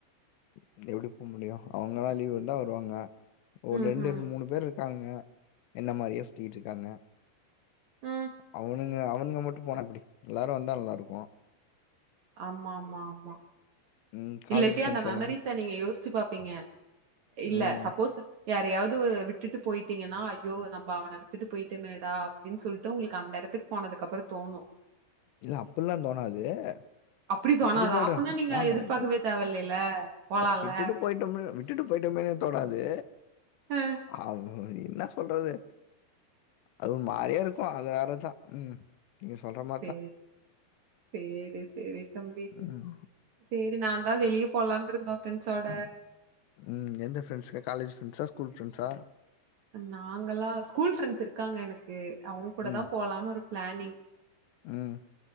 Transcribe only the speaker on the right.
ம்
ம்
ஆ
ஆமா ஆமா ஆமா
இல்லாட்டி
அந்த மெமரிஸ
நீங்க யோசிச்சு பாப்பீங்க இல்ல
சப்போஸ் யாரையாவது விட்டுட்டு போயிட்டீங்கன்னா ஐயோ நம்ம அவன விட்டுட்டு போயிட்டேமேடா அப்டின் சொல்லிட்டு உங்களுக்கு அந்த எடத்துக் போனதுக்கு அப்றோ தோணு
அப்டி தோணாதா
அப்பனா நீங்க
எதிர்பார்க்கவே தேவயில்லைல போலால்ல
அ
சே செரி செரி தம்பி
செரி நாந்தா வெளிய போலான்ருந்தோ பிரஃப்ரெண்ட்ஸோட
நாங்கல்லா ஸ்கூல் ஃப்ரெண்ட்ஸ் இருக்காங்க எனக்கு அவங்க கூட
தா போலானு ஒரு பிளானிங்